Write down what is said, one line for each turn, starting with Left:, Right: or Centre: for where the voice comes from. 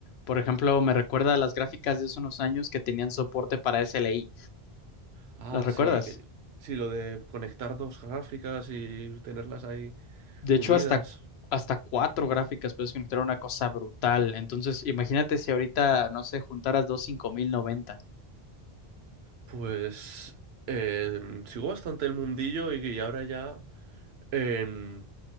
Left: Por ejemplo, me recuerda a las gráficas de hace unos años que tenían soporte para SLI.
Right: Ah,
Left: ¿Las recuerdas?
Right: sí, que, sí, lo de conectar dos gráficas y tenerlas ahí.
Left: De
Right: Unidas.
Left: hecho, hasta, hasta cuatro gráficas puedes conectar una cosa brutal. Entonces, imagínate si ahorita, no sé, juntaras dos 5090.
Right: Pues em, sigo bastante el mundillo y, y ahora ya em,